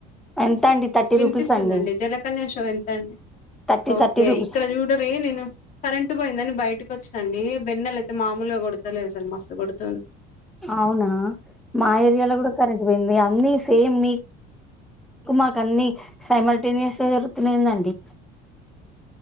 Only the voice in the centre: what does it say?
ఎంత అండి థర్టీ
రూపీస్ అండి
థర్టీ
థర్టీ రూపీస్
అవునా మా ఏరియాలో కూడా కరెంట్ పోయింది అన్నీ సేమ్ మీ మీకు మాకన్నీ సైమల్టేనియస్గా జరుగుతునేయిందండి